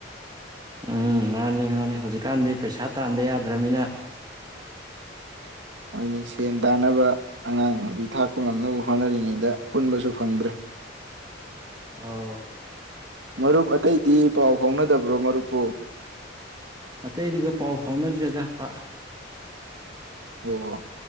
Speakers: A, on the right; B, on the right.
A: ꯎꯝ ꯉꯥꯡꯅꯤ ꯉꯅꯤ ꯍꯧꯖꯤꯛꯀꯥꯟꯗꯤ ꯄꯩꯁꯥ ꯇꯥꯟꯥꯟꯕ ꯌꯥꯗ꯭ꯔꯅꯤꯅ
B: ꯃꯅꯤ ꯁꯦꯟ ꯇꯥꯅꯕ ꯑꯉꯥꯡ ꯅꯨꯕꯤ ꯊꯥꯛꯄ ꯉꯝꯅꯕ ꯍꯣꯠꯅꯔꯤꯉꯩꯗ ꯄꯨꯟꯕꯁꯨ ꯐꯪꯗ꯭ꯔꯦ
A: ꯑꯥꯎ
B: ꯃꯔꯨꯞ ꯑꯇꯩꯗꯤ ꯄꯥꯎ ꯐꯥꯎꯅꯗꯕ꯭ꯔꯣ ꯃꯔꯨꯞꯄꯨ
A: ꯑꯇꯩꯗꯤꯒ ꯄꯥꯎ ꯐꯥꯎꯅꯗ꯭ꯔꯦ ꯂꯥꯛꯄ
B: ꯑꯣ